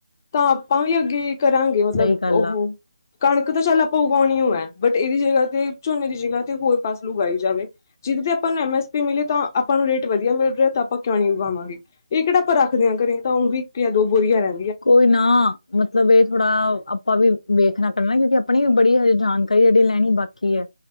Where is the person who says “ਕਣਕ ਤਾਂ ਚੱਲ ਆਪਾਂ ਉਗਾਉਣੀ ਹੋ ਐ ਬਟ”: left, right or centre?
Left